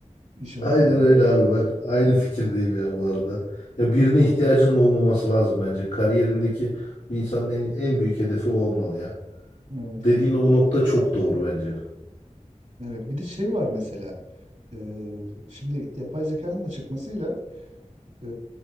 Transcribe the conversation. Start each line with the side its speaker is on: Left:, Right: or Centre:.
Right: iş ortamlarında.
Left: Aynen öyle abi. Ben de aynı fikirdeyim ya bu arada. Ya birine ihtiyacının olmaması lazım bence. Kariyerindeki bir insanın en, en büyük hedefi o olmalı ya.
Right: Evet.
Left: Dediğin o nokta çok doğru bence.
Right: Evet. Bir de şey var mesela. Ee, şimdi yapay zekanın da çıkmasıyla e,